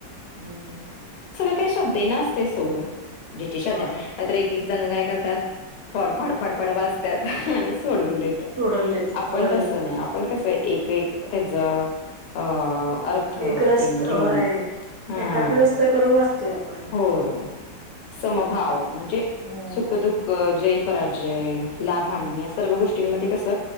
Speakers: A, on the right (about 70°); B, on the left (about 80°).
A: हम्म
B: ते काय श्रद्धे नसते सोड ज्याची श्रद्धा
A: होय
B: आहे. नाहीतर एकेक जण गाय करतात फडफड फडफड वाजतात आणि. सोडून देतात
A: सोडून देतात
B: आपण
A: होय
B: तस. आपण कसं एक एक त्याचा अ अर्थ
A: एकग्रस्त
B: ते घेऊन.
A: होय
B: हा
A: एकाग्रस्त करून वाचतोय आपण.
B: होय. समभाव म्हणजे
A: हम्म
B: सुखदुःख जे. पराजय लाभनी
A: हम्म
B: या सर्व गोष्टींमध्ये कस